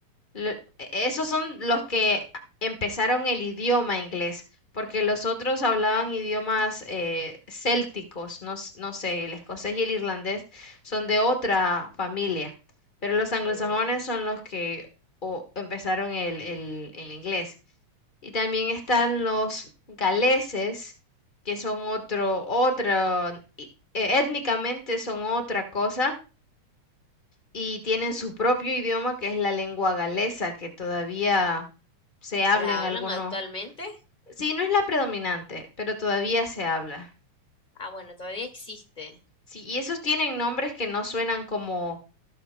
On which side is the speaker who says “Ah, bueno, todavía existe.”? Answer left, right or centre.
Left